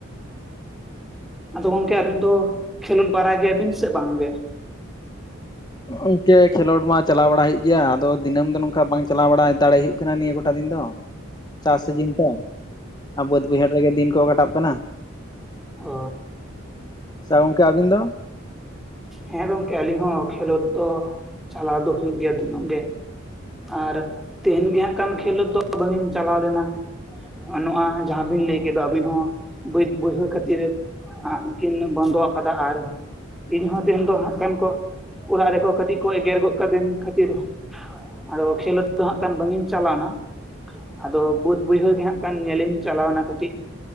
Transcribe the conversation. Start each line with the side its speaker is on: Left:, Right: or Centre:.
Centre: ᱟᱫᱚ ᱜᱚᱝᱠᱮ ᱟᱹᱵᱤᱱ ᱫᱚ ᱠᱷᱮᱞᱳᱰ ᱵᱟᱲᱟᱭ ᱜᱮᱭᱟ ᱵᱤᱱ ᱥᱮ ᱵᱟᱝ ᱜᱮ?
Left: ᱜᱚᱝᱠᱮ ᱠᱷᱮᱞᱳᱰ ᱢᱟ ᱪᱟᱞᱟᱣ ᱵᱟᱲᱟ ᱦᱩᱭᱩᱜ ᱜᱮᱭᱟ ᱟᱫᱚ ᱫᱤᱱᱟᱹᱢ ᱫᱚ ᱱᱚᱝᱠᱟ ᱵᱟᱝ ᱪᱟᱞᱟᱣ ᱵᱟᱲᱟ ᱫᱟᱲᱮ ᱦᱩᱭᱩᱜ ᱠᱟᱱᱟ ᱱᱤᱭᱟᱹ ᱠᱚᱴᱟ ᱫᱤᱱ ᱫᱚ᱾ ᱪᱟᱥ ᱥᱤᱡᱤᱱ ᱛᱚ ᱵᱟᱹᱫᱽ ᱵᱟᱹᱭᱦᱟᱹᱲ ᱨᱮᱜᱮ ᱫᱤᱱ ᱠᱚ ᱠᱟᱴᱟᱜ ᱠᱟᱱᱟ᱾
Centre: ᱚ
Left: ᱥᱮ ᱜᱚᱝᱠᱮ ᱟᱹᱵᱤᱱ ᱫᱚ?
Centre: ᱦᱮᱸ ᱜᱚᱝᱠᱮ ᱟᱹᱞᱤᱧ ᱦᱚᱸ ᱠᱷᱮᱞᱳᱰ ᱫᱚ ᱪᱟᱞᱟᱣ ᱫᱚ ᱦᱩᱭᱩᱜ ᱜᱮᱭᱟ ᱫᱤᱱᱟᱹᱢ ᱜᱮ᱾ ᱟᱨ ᱛᱮᱦᱮᱧ ᱜᱮ ᱦᱟᱸᱜ ᱠᱷᱟᱱ ᱠᱷᱮᱞᱳᱰ ᱫᱚ ᱵᱟᱝᱤᱧ ᱪᱟᱞᱟᱣ ᱞᱮᱱᱟ᱾ ᱱᱚᱜ ᱱᱚᱣᱟ ᱡᱟᱦᱟᱸ ᱵᱤᱱ ᱞᱟᱹᱭ ᱠᱮᱫ ᱫᱚ ᱟᱹᱵᱤᱱ ᱦᱚᱸ ᱵᱟᱹᱫᱽ ᱵᱟᱹᱭᱦᱟᱹᱲ ᱠᱷᱟᱹᱛᱤᱨ <inaudible> ᱠᱤᱱ ᱵᱚᱱᱫᱟ ᱟᱠᱟᱫᱟ ᱟᱨ ᱤᱧᱦᱚᱸ ᱩᱱᱫᱚ ᱦᱟᱸᱜ <inaudible> ᱠᱚ ᱚᱲᱟᱜ ᱨᱮᱠᱚ ᱠᱟᱹᱴᱤᱡ ᱠᱚ ᱮᱜᱮᱨ ᱜᱚᱫ ᱠᱟᱫᱤᱧ ᱠᱷᱟᱹᱛᱤᱨ ᱟᱫᱚ ᱠᱷᱮᱞᱳᱰ ᱫᱚ ᱦᱟᱸᱜ ᱠᱷᱟᱱ ᱵᱟᱝᱤᱧ ᱪᱟᱞᱟᱣ ᱮᱱᱟ᱾ ᱟᱫᱚ ᱵᱟᱹᱫ ᱵᱟᱹᱭᱦᱟᱹᱲ ᱜᱮ ᱦᱟᱸᱜ ᱠᱷᱟᱱ ᱧᱮᱞᱤᱧ ᱪᱟᱞᱟᱣ ᱞᱮᱱᱟ ᱠᱟᱹᱴᱤᱡ᱾